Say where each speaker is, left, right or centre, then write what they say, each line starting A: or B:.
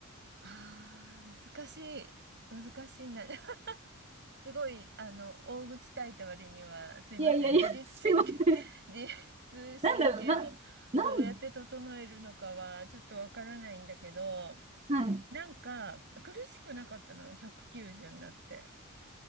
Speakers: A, on the right; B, on the right.
A: ああ、難しい。難しいな。<laughs> すごい、あの、大口叩いた割には、すいません。
B: いやいやいや、
A: 自律神経、
B: すいません。
A: <laughs> 自律神経をどうやって整えるのかは、
B: なんだろう、な、なん、
A: ちょっとわからないんだけど、
B: はい。
A: なんか、苦しくなかったの、190になって。